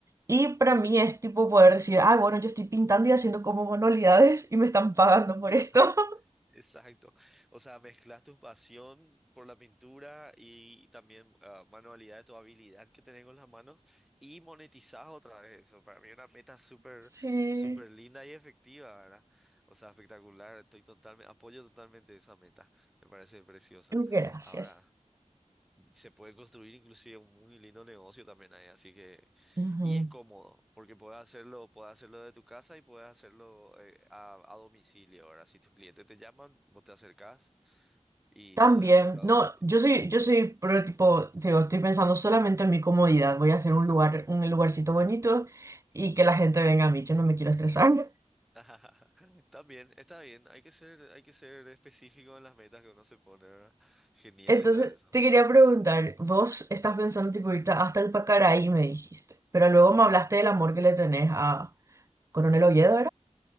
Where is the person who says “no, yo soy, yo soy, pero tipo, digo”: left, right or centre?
Right